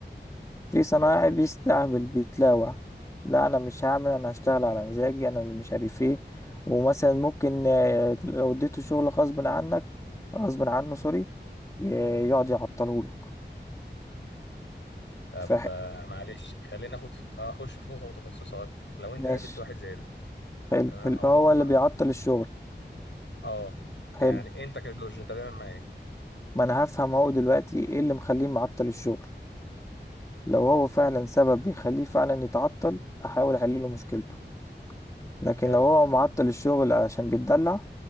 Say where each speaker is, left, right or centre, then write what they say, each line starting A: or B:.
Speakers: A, on the left (about 15°); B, on the left (about 85°).
A: في صنايعي
B: جامد فشخ
A: بيستهبل بيتلاوع لا انا مش هعمل انا هشتغل على مزاجي انا اللي مش عارف ايه ومثلا ممكن آه، لو اديته شغل غصب عنك غصب عنه سوري ي- يقعد يعطلهولك
B: طب
A: ف
B: آه، معلش خلينا اخد اخش في نقطة متخصصة اكتر لو انت
A: ماشي
B: قابلت واحد زي ده
A: حلو
B: تمام
A: ال-
B: او
A: هو
B: نقطه
A: اللي بيعطل الشغل
B: اه
A: حلو
B: يعني انت كجورج انت هتعمل معاه ايه
A: ما انا هفهم هو دلوقتي ايه اللي مخليه معطل الشغل لو هو فعلا سبب بيخليه فعلا يتعطل احاول احل له مشكلته لكن
B: حلو
A: لو هو معطل الشغل علشان بيتدلع